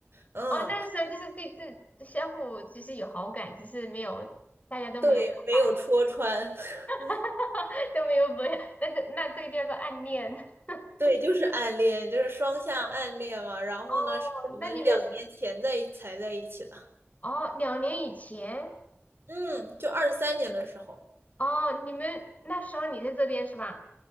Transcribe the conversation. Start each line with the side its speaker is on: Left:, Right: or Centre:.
Right: 嗯，
Left: 哦，那个时候就是对自相互就是有好感，只是没有大家都没有表白，
Right: 对，没有戳穿，<laughs>
Left: <laughs> 都没有表，那这那这个叫做暗恋。<laughs>
Right: 对，就是暗恋，就是双向暗恋嘛。然后呢，
Left: 哦，
Right: 是我们两年前在一才在一起的，
Left: 那你们是哦两年以前
Right: 嗯，就二三年的时候，
Left: 哦，你们那时候你在这边是吧？